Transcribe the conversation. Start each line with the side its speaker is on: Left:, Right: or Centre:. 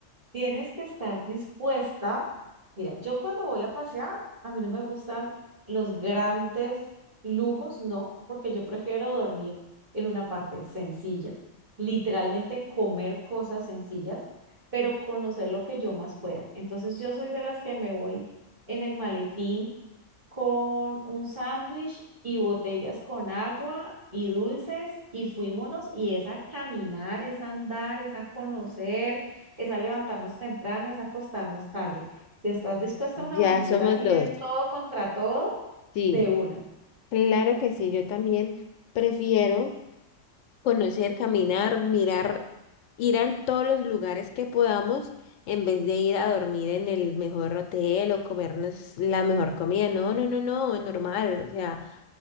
Right: Tienes que estar dispuesta. Mira, yo cuando voy a pasear, a mí no me gustan los grandes lujos, no, porque yo prefiero dormir en una parte sencilla, literalmente comer cosas sencillas, pero conocer lo que yo más pueda. Entonces yo soy de las que me voy en el maletín con un sándwich y botellas con agua y dulces y fuímonos y es a caminar, es a andar, es a conocer, es a levantarnos temprano, es a acostarnos tarde. Si estás dispuesta a una
Left: Ya
Right: aventura
Left: somos
Right: así
Left: dos.
Right: de todo contra todo,
Left: Sí,
Right: de una.
Left: claro que sí, yo también prefiero. conocer, caminar, mirar, ir a todos los lugares que podamos en vez de ir a dormir en el mejor hotel o comernos la mejor comida. No, no, no, no, normal. O sea,